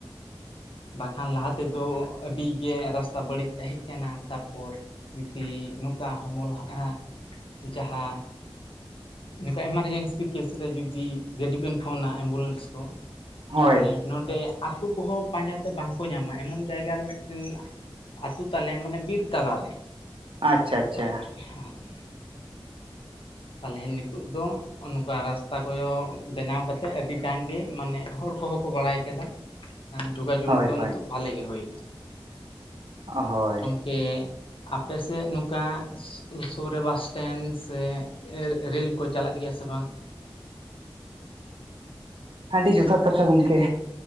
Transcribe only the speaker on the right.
ᱦᱳᱭ
ᱟᱪᱪᱷᱟ ᱟᱪᱪᱷᱟ
ᱦᱳᱭ
ᱦᱳᱭ
ᱦᱚᱭ
ᱟᱹᱰᱤ ᱡᱚᱛᱷᱟᱛ ᱠᱟᱛᱷᱟ ᱜᱚᱢᱠᱮ